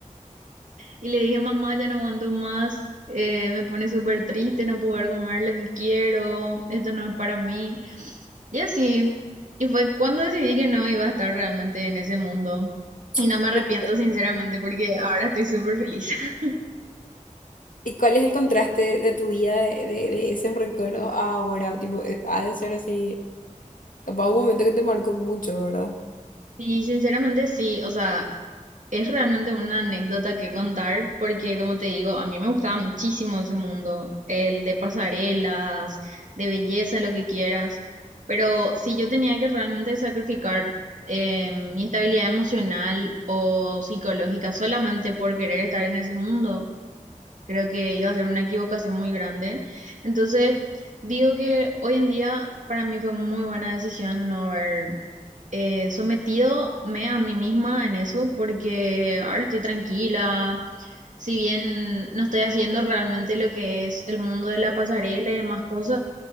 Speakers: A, on the right; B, on the left.
A: Y le dije, mamá, ya no aguanto más, eh, me pone súper triste no poder comer lo que quiero, esto no es para mí. Y así. Y fue cuando decidí que no iba a estar realmente en ese mundo.
B: Suficiente.
A: Y no me arrepiento sinceramente porque ahora estoy súper feliz. <laughs>
B: ¿Y cuál es el contraste de tu vida de, de, de esos recuerdos a ahora? Tipo, eh, ha de ser así, capaz un momento que te marcó mucho, ¿verdad?
A: Y sinceramente sí, o sea, Es realmente una anécdota que contar porque, como te digo, a mí me gustaba muchísimo ese mundo, el de pasarelas, de belleza, lo que quieras, pero si yo tenía que realmente sacrificar eh, mi estabilidad emocional o psicológica solamente por querer estar en ese mundo, creo que iba a ser una equivocación muy grande. Entonces, digo que hoy en día para mí fue muy buena decisión no haber eh, sometido me a mí misma en eso porque ahora estoy tranquila, si bien no estoy haciendo realmente lo que es el mundo de la pasarela y demás cosas,